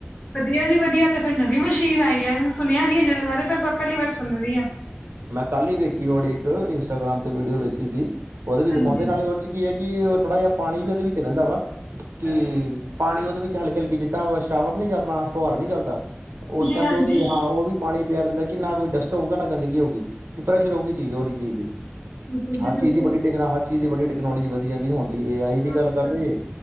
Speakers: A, on the left; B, on the right.
A: ਵਧੀਆ ਜੀ ਵਧੀਆ ਫਿਰ ਨਵੀਂ ਮਸ਼ੀਨ ਆਈ ਜ ਸੁਣਿਆ ਨੀ ਹੈ ਜਿਹਦੇ ਬਾਰੇ ਮੈਂ ਪਹਿਲੀ ਵਾਰ ਸੁਣ ਰਹੀ ਹਾਂ।
B: ਮੈਂ ਕੱਲ ਹੀ ਵੇਖੀ ੜੀ ਇੱਕ ਇੰਸਟਾਗ੍ਰਾਮ ਤੇ ਵੀਡੀਓ ਵੇਖੀ ਸੀ ਉਹਦੇ ਵੀ
A: ਹਾਂਜੀ
B: ਦਿਖਾਉਂਦੇ ਉਹਦੇ 'ਚ ਕੀ ਹੈ ਕਿ ਉਹ ਥੋੜਾ ਜਿਹਾ ਪਾਣੀ ਵੀ ਉਹਦੇ ਵਿੱਚ ਰਹਿੰਦਾ ਵਾ ਕਿ
A: ਹਾਂਜੀ
B: ਪਾਣੀ ਉਹਦੇ ਵਿੱਚ ਹਲਕੀ- ਹਲਕੀ ਜਿੱਦਾਂ ਸ਼ਾਵਰ ਨੀ ਜਾਂ ਆਪਣਾ ਫੁਹਾਰਾ ਨੀ ਚੱਲਦਾ ਉਸ ਟਾਈਮ
A: ਹਾਂਜੀ
B: ਤੇ ਉਹਦੇ ਹਾਂ ਉਹ ਵੀ ਪਾਣੀ ਪਿਆ ਰਹਿੰਦਾ ਕਿ ਨਾ ਕੋਈ ਡਸਟ ਹੋਊਗਾ ਨਾ ਗੰਦਗੀ ਹੋਊਗੀ ਕਿ ਫਰੈਸ਼ ਰਹੋਗੀ ਚੀਜ਼ ਉਹੀ ਚੀਜ਼ ਦੀ ਵੀ
A: ਬਿਲਕੁਲ ਜੀ
B: ਹਰ
A: ਬਿਲਕੁਲ
B: ਚੀਜ਼ ਦੀ ਵੱਡੀ ਟਕ ਹਰ ਚੀਜ਼ ਦੀ ਵੱਡੀ ਟੈਕਨੋਲੋਜੀ ਵਧ ਜਾਂਦੀ ਹੁਣ ਤੁਸੀਂ
A: ਬਹੁਤ
B: ਏ ਆਈ ਦੀ ਗੱਲ ਕਰਦੇੇ ਜੇ